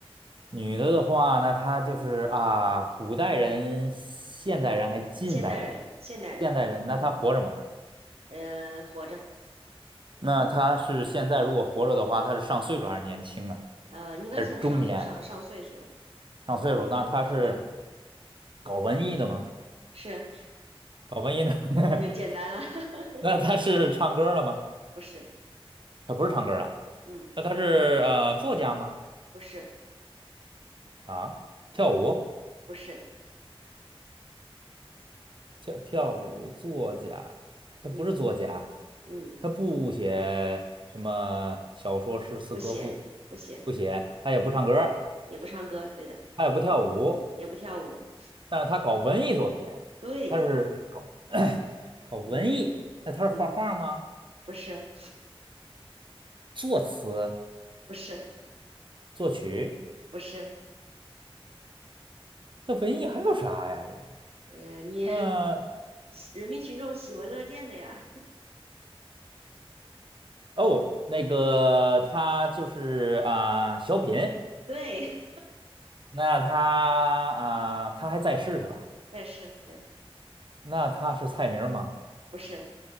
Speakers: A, on the right (about 55°); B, on the right (about 80°).
A: 女的的话，那他就是啊，古代人、现代人还近代人，
B: 现代人，现代人，
A: 现代人，那他活着吗？
B: 呃，活着，
A: 那他是现在如果活着的话，他是上岁数还是年轻啊？
B: 呃，应该算上上上岁数了。
A: 还是中年？上岁数，那他是
B: 嗯，
A: 搞文艺的吗？
B: 是，
A: 搞文艺的，<laughs>
B: 那简单了，<laughs>
A: 那他是唱歌的吗？
B: 不是，
A: 他不是唱歌的，
B: 嗯，
A: 那他是呃作家吗？
B: 不是，
A: 啊，跳舞，
B: 不是，
A: 跳跳舞作家，他不是作家，
B: 嗯嗯，
A: 他不写什么小说、诗词歌赋，
B: 不写不写，
A: 不写，他也不唱歌，
B: 也不唱歌，对的，
A: 他也不跳舞，
B: 也不跳舞，
A: 但是他搞文艺作品，
B: 对，
A: 他是搞。<clears throat> 搞文艺，
B: 嗯
A: 那他是画画吗？
B: 嗯，不是
A: 作词、
B: 不是
A: 作曲，
B: 不是，
A: 这文艺还有啥呀？这这，
B: 哎呀，你
A: 呃，
B: 人民群众喜闻乐见的呀，
A: 哦，那个他就是啊、小品，
B: 对，
A: 那他啊、他还在世是吧？
B: <laughs> 但是对，
A: 那他是蔡明吗？
B: 不是